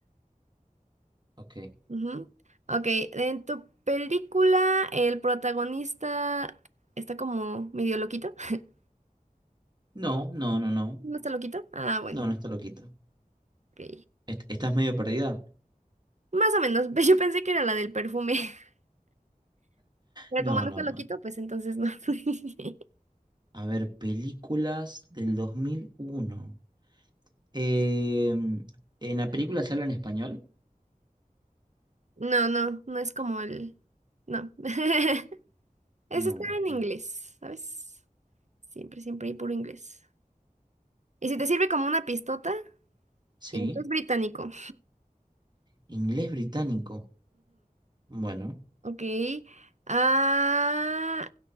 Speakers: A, on the right (about 30°); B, on the right (about 50°).
A: Ok.
B: Ujú. Ok, en tu película el protagonista está como medio loquito. <laughs>
A: No, no, no, no.
B: ¿No está loquito? Ah, bueno,
A: No, no está loquito.
B: ok.
A: Est- ¿Estás medio perdida?
B: Más o menos, <laughs> yo pensé que era la del perfume, <laughs> pero
A: No,
B: como no
A: no,
B: está loquito,
A: no.
B: pues entonces no. <laughs>
A: A ver, películas del 2001. Em, ¿en la película se habla en español?
B: No, no, no es como el... No. <laughs> Eso
A: No.
B: está
A: Ok.
B: en inglés, ¿sabes? Siempre, siempre hay puro inglés. Y si te sirve como una pistota,
A: ¿Sí?
B: inglés británico.
A: ¿Inglés británico? Bueno,
B: Ok. Ah,